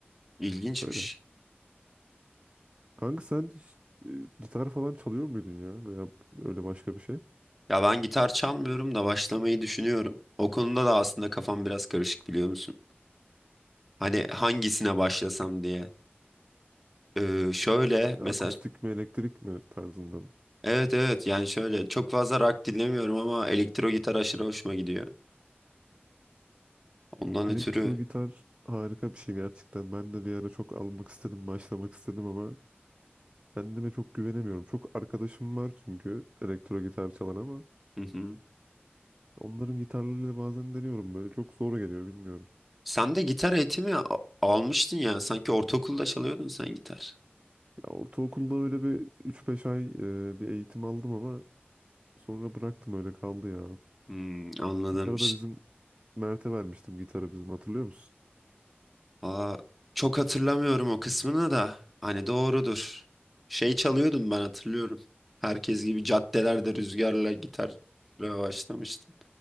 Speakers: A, in the centre; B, on the right.
A: İlginçmiş.
B: Böyle. Kanka sen hiç, e, gitar falan çalıyor muydun ya? Veya öyle başka bir şey?
A: Ya ben gitar çalmıyorum da başlamayı düşünüyorum. O konuda da aslında kafam biraz karışık biliyor musun? Hani hangisine başlasam diye. Ee, şöyle mesela
B: Hı. Akustik mi elektrik mi tarzında mı?
A: evet evet yani şöyle çok fazla rock dinlemiyorum ama elektro gitar aşırı hoşuma gidiyor. Ondan
B: Elektro
A: ötürü.
B: gitar harika bir şey gerçekten. Ben de bir ara çok almak istedim, başlamak istedim ama kendime çok güvenemiyorum. Çok arkadaşım var çünkü elektro gitar çalan ama
A: Hı hı.
B: onların gitarlarıyla bazen deniyorum böyle çok zor geliyor bilmiyorum.
A: Sen de gitar eğitimi a- almıştın ya sanki ortaokulda çalıyordun sen gitar.
B: Ya ortaokulda öyle bir üç beş ay e, bir eğitim aldım ama sonra bıraktım öyle kaldı ya.
A: Hmm, anladım.
B: Gitarı da bizim Mert'e vermiştim gitarı bizim hatırlıyor musun?
A: Aa, çok hatırlamıyorum o kısmını da. Hani doğrudur. Şey çalıyordum ben hatırlıyorum. Herkes gibi caddelerde rüzgarla gitar başlamıştım.